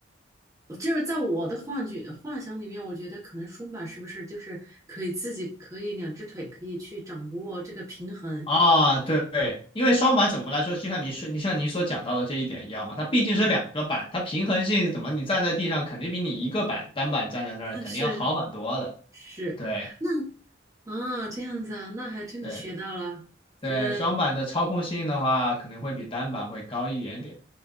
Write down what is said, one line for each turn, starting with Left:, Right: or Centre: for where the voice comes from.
Right: 我就是在我的幻觉幻想里面，我觉得可能松绑是不是就是可以自己可以两只腿可以去掌握这个平衡
Left: 啊，对对，因为双板怎么来说，就像你是你像你所讲到的这一点一样嘛，它毕竟是两个板，
Right: 啊？
Left: 它平衡性怎么你站在地上肯定比你一个板单板站在那儿肯定要好很多的。
Right: 啊是是，
Left: 对
Right: 那啊这样子啊，那还真的学到了，
Left: 对对，
Right: 觉得
Left: 双板的操控性的话，可能会比单板会高一点点。